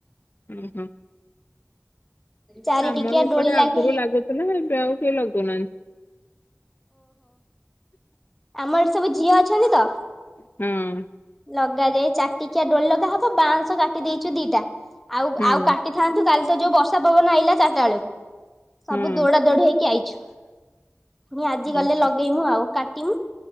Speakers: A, on the left; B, in the centre.
A: ହୁଁ ହୁଁ।
B: ଚାରି
A: ଆମର
B: ଟିକିଆ
A: ଏପଟେ
B: ଡୋଳି
A: ଆଗରୁ
B: ଲାଗେ
A: ଲାଗୁଥିଲା ଏବେ ଆଉ କେହି ଲଗଉନାହାଁନ୍ତି।
B: ଆମର ସବୁ ଝିଅ ଅଛନ୍ତି ତ
A: ହଁ।
B: ଲଗାଯାଏ ଚାରିଟିକିଆ ଡୋଳି ଲଗା ହବ ବାଉଁଶ କାଟି ଦେଇଛୁ ଦିଟା ଆଉ
A: ହୁଁ
B: ଆଉ କାଟିଥାନ୍ତୁ କାଲି ଏ ତ ଯୋଉ ବର୍ଷା ପବନ ଆଇଲା ଚାରିଟା ବେଳକୁ
A: ହଁ
B: ସବୁ ଦୌଡା ଦୋଡି ହେଇ କି ଆଇଛୁ। ପୁଣି ଆଜି
A: ହଁ
B: ଗଲେ ଲଗେଇମୁ ଆଉ କା ଟିଂ